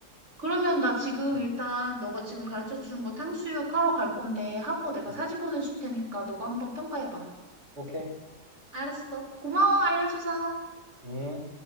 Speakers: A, on the right; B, on the right.
A: 그러면 나 지금
B: 음.
A: 일단 너가 지금 가르쳐 준 거 탕수육 하러 갈 건데 하고 내가
B: 음.
A: 사진 보내줄 테니까 너가 한번 평가해봐.
B: 오케이?
A: 알았어. 고마워, 알려줘서.
B: 음.